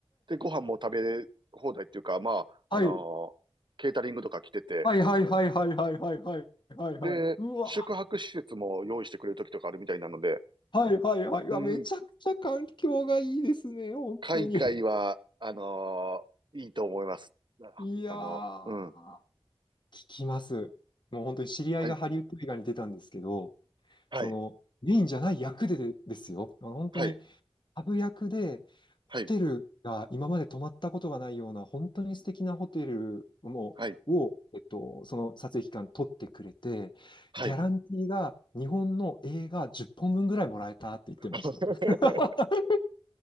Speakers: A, on the right; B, on the left.
A: で、ご飯も食べ放題っていうか、まあ、
B: はい。
A: あのケータリングとか来てて、
B: はいはいはいはいはいはいはいはいはい。
A: で、
B: うわ、
A: 宿泊施設も用意してくれる時とかあるみたいなので、
B: はいはいはい。うわ、
A: うん、
B: めちゃくちゃ環境がいいですね、本当に。
A: 海外は、あのいいと思います。
B: いやー、
A: あの、うん、
B: 聞きます。もう本当に知り合いがハリウッド映画に出たんですけど、
A: はい、はい。
B: その、メインじゃない役でですよ。本当に
A: はい、
B: ハブ役で、
A: はい、
B: ホテルが今まで泊まったことがないような、本当に素敵なホテルもを、
A: はい、
B: えっと、その撮影期間取ってくれて、
A: はい。
B: ギャランティーが日本の映画10本分ぐらいもらえたって言ってました。
A: <laughs>
B: <laughs>